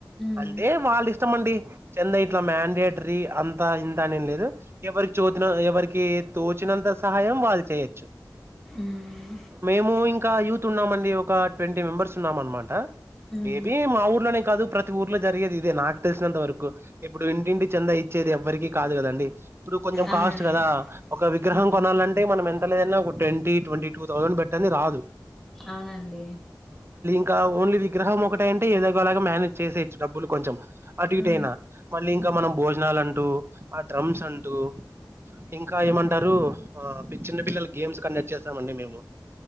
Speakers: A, in the centre; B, on the right.
A: మ్
B: అంటే వాళ్ళు ఇమండి చెంద ఇట్లా మండేటరీ అంత ఇంత అనేం లేదు ఎవరి చొతినో ఎవరికి తోచనంతర సహాయం వాల్చయచ్చు
A: మ్
B: మేము ఇంకా యూత్ ఉన్నామండి ఒక ట్వంటీ మెంబర్స్ ఉన్నాం అనమాట
A: మ్
B: మేబి మా ఊర్లోనే కాదు ప్రతి ఊర్లో జరిగేది ఇదే నాకు తెలిసినంత వరకు ఇప్పుడు ఇంటింటి చెంద ఇచ్చేది ఎవ్వరికీ కాదు కదండి ఇప్పుడు కొంచెం
A: అవునండి
B: కాస్ట్ కదా ఒక విగ్రహం
A: మ్
B: కొనాలంటే మనం ఎంత లేదన్నా ఒక ట్వంటీ ట్వంటీ టూ థౌసండ్ పెట్టని రాదు
A: అవునండి
B: ఇ ఓన్లీ విగ్రహం ఒకట అంటే ఏదోలాగా మేనేజ్ చేసయచ్చు డబ్బులు కొంచెం అటు ఇటు
A: మ్
B: అయినా మళ్ళీ ఇం ఇకా మనం భోజనాలు అంటూ ఆ డ్రమ్స్ అంటూ ఇంకా ఏమంటారు ఆ చిన్న పిల్లలు గేమ్స్ కండక్ట్ చేస్తామండి మేము